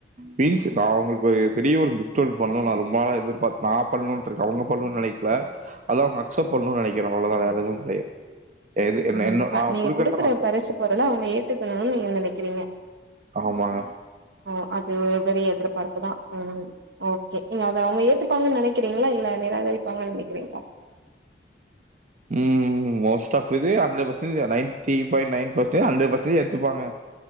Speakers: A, on the right (about 45°); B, on the right (about 65°).
A: மீன்ஸ் நா உங்களுக்கு ஒரு பெரிய ஒரு கிப்ட் ஒன்னு பண்ணனு நா ரொம்ப நாளா எதிர்பார் நா பண்ணணுனு இருக்க அவங்க பண்ணணுனு நெனைக்கல அத அவுங்க அக்செப்ட் பண்ணனு நெனைக்கிற அவ்ளதா வேற எதுவு கெடையாது எது
B: <unintelligible>
A: என்ன என்ன நான்
B: நீங்க
A: குடுக்கறத
B: குடுக்குற
A: அவங்க அக்செப்ட்
B: பரிசு பொருள அவங்க ஏத்துக்கணுனு நீங்க நெனைக்கிறீங்க
A: ஆமாங்க
B: ஓ அது ஒரு பெரிய எதிர்பார்ப்புதா உ ஓகே நீங்க அத அவுங்க ஏத் துப்பாங்கன்னு நெனைக்கிறீங்களா இல்ல நிராகரிப்பாங்கன்னு நெனைக்கிறீங்களா
A: ம் மோஸ்ட் ஆஃப் இது hundred percentage ninety point nine percentage hundred percentage ஏத்துப்பாங்க